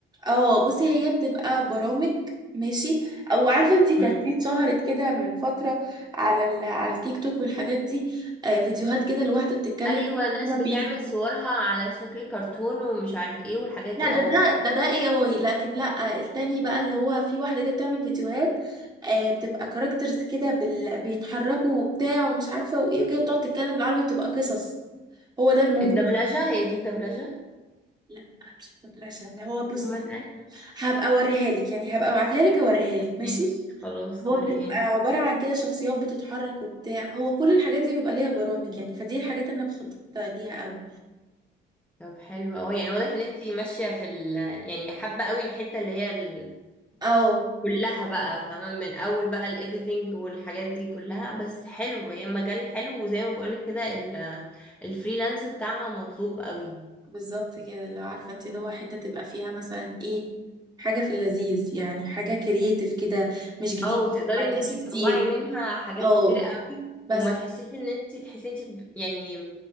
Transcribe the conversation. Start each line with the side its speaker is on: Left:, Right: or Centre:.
Right: اه بصي هي بتبقى برامج ماشي او عارفه انتي كانت
Centre: مم.
Right: في اتشهرت كده من فتره على ال... على التيك توك والحاجات دي آه فيديوهات كده لواحده بتتكلم
Centre: ايوه ناس
Right: عربي
Centre: بتعمل صورها على شكل كرتون ومش عارف ايه والحاجات
Right: لا
Centre: دي
Right: ده
Centre: اه
Right: ده
Centre: عارفة
Right: ده ده اي اي لكن لا التاني بقى اللي هو في واحدة جت تعمل فيديوهات آه بتبقى كاركترز كده بال... بيتحركوا وبتاع ومش عارفة وايه وكده بتقعد تتكلم بالعربي بتبقى قصص هو ده الموضوع
Centre: الدبلجة هي دي الدبلجة
Right: لا مش الدبلجة اللي هو بص
Centre: امال انهي
Right: هبقى اوريها لك يعني هبقى ابعتها لك اوريها لك ماشي
Centre: ماشي خلاص
Right: هو
Centre: وريهاني
Right: بتبقى عبارة عن كده شخصيات بتتحرك وبتاع هو كل الحاجات دي بيبقى ليها برامج يعني فدي الحاجات اللي انا بخطط ليها قوي
Centre: طب حلو أوي يعني واضح ان انتي ماشية في ال يعني حابة أوي الحتة اللي هي ال...
Right: اه
Centre: كلها بقى فاهمة من أول بقى الإيديتنج والحاجات دي كلها بس حلو هي مجال حلو وزي ما بقولك كده ال... الفريلانس بتاعها مطلوب أوي
Right: بالظبط كده اللي هو عارفه انت اللي هو حته تبقى فيها مثلا ايه حاجه في اللذيذ يعني حاجه كرييتيف كده مش جديد
Centre: او تقدري
Right: حركتش
Centre: ان انت
Right: كتير
Centre: تطلعي منها حاجات
Right: اه
Centre: كتير قوي
Right: بس
Centre: وما تحسيش ان انت تحسي انت ب- يعني